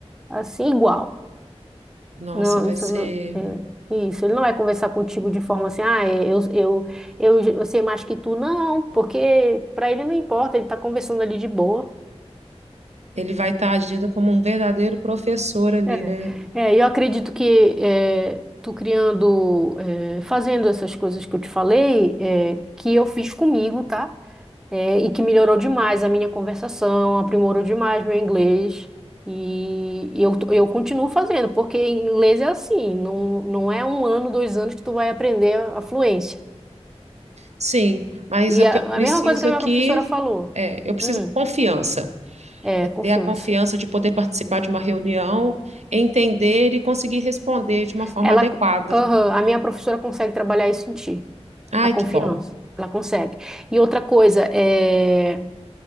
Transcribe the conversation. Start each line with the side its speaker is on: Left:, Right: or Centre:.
Centre: assim igual.
Right: Nossa,
Centre: Não,
Right: vai
Centre: isso,
Right: ser.
Centre: não, é, isso. Ele não vai conversar contigo de forma assim, ah, é, eu, eu, eu, eu sei mais que tu, não, porque para ele não importa, ele tá conversando ali de boa.
Right: Ele vai estar agindo como um verdadeiro professor ali,
Centre: É,
Right: né?
Centre: é, eu acredito que é, tu criando, é, fazendo essas coisas que eu te falei, é, que eu fiz comigo, tá? é, e que melhorou demais a minha conversação, aprimorou demais meu inglês. E, e eu, eu continuo fazendo, porque inglês é assim, não, não é um ano, dois anos que tu vai aprender a fluência.
Right: Sim, mas
Centre: E
Right: o que
Centre: a,
Right: eu preciso
Centre: a mesma coisa que
Right: aqui
Centre: a minha professora falou.
Right: é, eu preciso
Centre: Hum,
Right: de confiança.
Centre: é,
Right: É ter
Centre: confiança.
Right: a confiança de poder participar de uma reunião, entender e conseguir responder de uma forma
Centre: Ela,
Right: adequada.
Centre: aham, a minha professora consegue trabalhar isso em ti,
Right: Ai,
Centre: a confiança.
Right: que bom.
Centre: Ela consegue. E outra coisa, é,